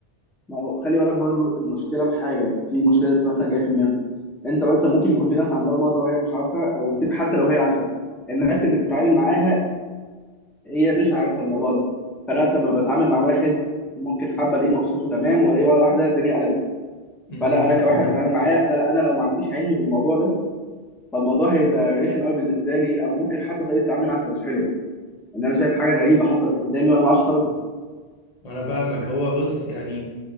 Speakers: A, in the centre; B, on the left.
A: ما هو خلي بالك برضو المشكله في حاجه في مشكله لسه مثلا جايه في دماغي انت مثلا ممكن يكون في ناس عندها المرض ده وهي مش عارفه او سيب حتى لو هي عارفه الناس اللي بتتعامل معاها هي مش عارفه الموضوع ده فانا مثلا لما بتعامل مع واحد ممكن حابه الاقيه مبسوط وتمام والاقيه مره واحده الدنيا قلبت
B: امم
A: فانا انا كواحد بتعامل معاه انا انا لو ما عنديش علم بالموضوع ده فالموضوع هيبقى رخم قوي بالنسبه لي او ممكن حتى طريقه تعاملي معاه تبقى مش حلوه ان انا شايف حاجه غريبه حصلت قدامي وانا ما اعرفش سببها
B: انا فاهمك هو بص يعني